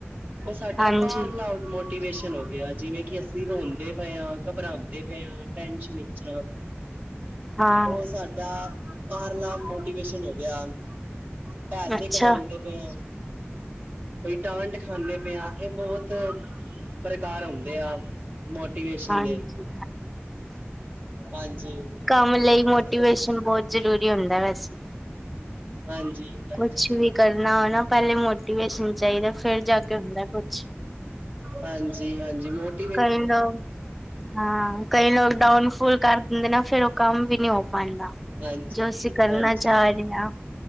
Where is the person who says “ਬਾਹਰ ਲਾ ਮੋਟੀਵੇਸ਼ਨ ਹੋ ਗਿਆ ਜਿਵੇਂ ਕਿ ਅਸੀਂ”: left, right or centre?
Right